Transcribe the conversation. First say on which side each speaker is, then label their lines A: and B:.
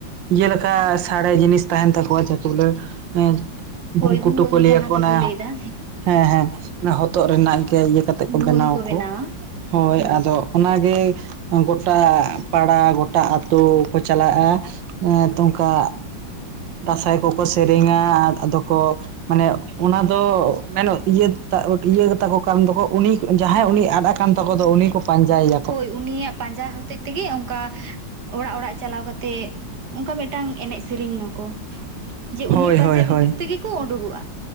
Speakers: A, on the right (about 75°); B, on the right (about 60°).
A: ᱤᱭᱹᱞᱮᱠᱟ ᱥᱟᱲᱮ ᱡᱤᱱᱤᱥ ᱛᱟᱦᱮᱱ ᱛᱟᱠᱚᱣᱟ ᱡᱟ ᱠᱮ ᱵᱚᱞᱮ ᱮᱸᱼᱼ
B: ᱦᱳᱭ
A: ᱵᱩᱝᱠᱩᱴᱩ
B: ᱵᱷᱩᱣᱟᱹᱝ
A: ᱠᱚ ᱞᱟᱹᱭᱟᱠᱚ
B: ᱡᱟᱦᱟᱸ ᱫᱚᱠᱚ
A: ᱚᱱᱟ
B: ᱞᱟᱹᱭᱫᱟ
A: ᱦᱮᱸ ᱦᱮᱸ ᱚᱱᱟ ᱦᱚᱛᱚᱫ ᱨᱮᱱᱟᱜ ᱜᱮ ᱤᱭᱟᱹ ᱠᱟᱛᱮ ᱠᱚ
B: ᱵᱷᱩᱣᱟᱹᱝ
A: ᱵᱮᱱᱟᱣᱟᱠᱚ
B: ᱵᱮᱱᱟᱣᱟ
A: ᱦᱳᱭ
B: ᱦᱩᱸ
A: ᱟᱫᱚ ᱚᱱᱟᱜᱮ ᱜᱚᱴᱟᱼᱼ ᱯᱟᱲᱟ ᱜᱚᱴᱟ ᱟᱛᱳ ᱠᱚ ᱪᱟᱞᱟᱜᱼᱟ ᱮᱸ ᱛᱚ ᱚᱝᱠᱟ ᱫᱟᱸᱥᱟᱭ ᱠᱚᱠᱚ ᱥᱮᱨᱮᱧᱟ ᱟᱫᱚ ᱠᱚ ᱢᱟᱱᱮ ᱚᱱᱟ ᱫᱚ ᱢᱮᱱᱚᱜ ᱤᱭᱟᱹ ᱤᱭᱟᱹᱛᱟᱠᱚ ᱠᱟᱨᱚᱱ ᱫᱚᱠᱚ ᱩᱱᱤ ᱡᱟᱦᱟᱸᱭ ᱩᱱᱤ ᱟᱫ ᱟᱠᱟᱱ ᱛᱟᱠᱚ ᱫᱚ ᱩᱱᱤ ᱠᱚ ᱯᱟᱸᱪᱟᱭᱼᱼ
B: ᱦᱳᱭ ᱩᱱᱤᱭᱟᱜ ᱯᱟᱸᱡᱟ ᱦᱚᱛᱮᱡ ᱛᱮᱜᱮ ᱚᱱᱠᱟ ᱚᱲᱟᱜ ᱚᱲᱟᱜ ᱪᱟᱞᱟᱣ ᱠᱟᱛᱮᱜᱼᱼ ᱚᱱᱠᱟ ᱢᱤᱫᱴᱟᱝ ᱮᱱᱮᱡ ᱥᱮᱨᱮᱧᱟᱠᱚ, ᱡᱮ
A: ᱦᱳᱭ
B: ᱩᱱᱤ ᱯᱟᱸᱡᱟ
A: ᱦᱳᱭ
B: ᱧᱩᱛᱩᱢ
A: ᱦᱳᱭ
B: ᱛᱮᱜᱮ ᱠᱚ ᱩᱰᱩᱠᱚᱜᱼᱟ᱾